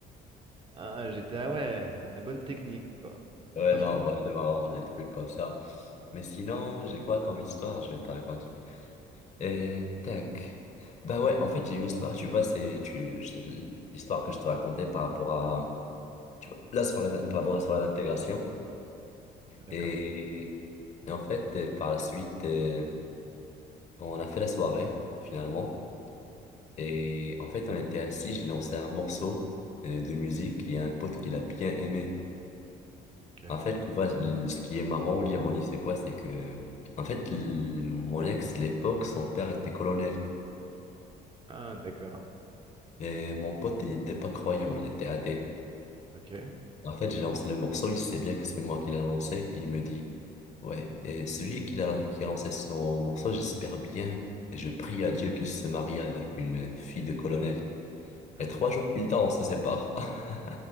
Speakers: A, on the right; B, on the left.
A: Ah, j'étais, ah ouais, la bonne technique, quoi.
B: Ouais,
A: Ah,
B: non,
A: franchement,
B: bah, c'est marrant, les trucs comme ça. Mais sinon, j'ai quoi comme histoire? Je vais te raconter. Et tac. Bah ouais, en fait, j'ai une histoire, tu vois, c'est tu, c'est l'histoire que je te racontais par rapport à, tu vois, la soirée, d'in- pardon, la soirée d'intégration.
A: d'accord,
B: Et, et en fait, euh, par la suite, euh, on a fait la soirée, finalement. Et en fait, on était assis, j'ai lancé un morceau euh, de musique et il y a un pote qui l'a bien aimé.
A: ok.
B: En fait, tu vois, l- ce qui est marrant ou l'ironie, c'est quoi? C'est que, en fait, l- mon ex, de l'époque, son père était colonel.
A: Ah, d'accord,
B: Mais mon pote, il était pas croyant, il était athée.
A: ok.
B: En fait, j'ai lancé le morceau, il sait bien que c'est moi qui l'ai lancé. Il me dit, ouais, et celui qui a, qui a lancé son morceau, j'espère bien, et je prie à Dieu qu'il se marie avec une fille de colonel.
A: Ah,
B: Et trois jours plus tard, on se sépare. <laughs>